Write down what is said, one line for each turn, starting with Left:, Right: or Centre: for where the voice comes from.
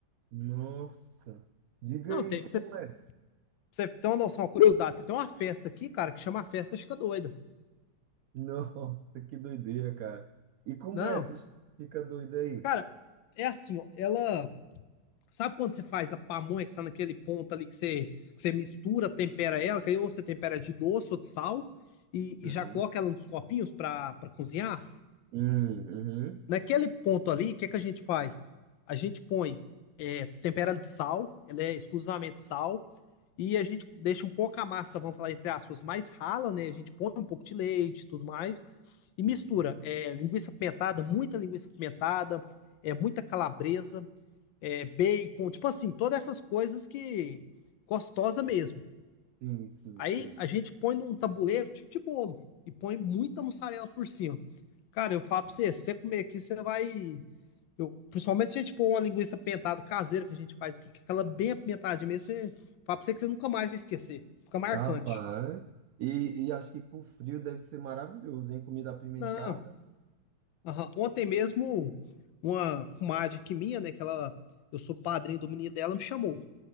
Right: nossa. Diga
Left: Não,
Right: aí,
Left: tem,
Right: como
Left: pra você, pra
Right: é?
Left: você tem uma noção, uma curiosidade, tem uma festa aqui, cara, que chama a Festa Chica Doida.
Right: Nossa, que doideira, cara. E como
Left: Não,
Right: é? Você fica doido aí?
Left: cara, é assim, ó, ela Sabe quando você faz a pamonha que está naquele ponto ali que você, que você mistura, tempera ela, que aí ou você tempera de doce ou de sal, e, e
Right: Uhum,
Left: já coloca ela nos copinhos para cozinhar?
Right: Hum, uhum.
Left: Naquele ponto ali, o que, é que a gente faz? A gente põe é, tempera ela de sal, ela é exclusivamente sal, e a gente deixa um pouco a massa, vamos falar entre aspas, mais rala, né? A gente põe um pouco de leite e tudo mais, e mistura
Right: uhum.
Left: é, linguiça pimentada, muita linguiça pimentada, é, muita calabresa, é, bacon, tipo assim, todas essas coisas que gostosa mesmo.
Right: Sim, sim,
Left: Aí
Right: sim.
Left: a gente põe num tabuleiro tipo de bolo e põe muita mussarela por cima. Cara, eu falo pra você, se você comer aqui, você vai. Eu, principalmente se a gente pôr uma linguiça pentada caseira que a gente faz aqui, que é aquela bem apimentada mesmo, você fala pra você que você nunca mais vai esquecer. Fica marcante.
Right: Rapaz. E, e acho que pro frio deve ser maravilhoso, hein? Comida apimentada.
Left: Não. aham. Ontem mesmo, uma comadre que minha, né? Que ela, eu sou padrinho do menino dela, me chamou.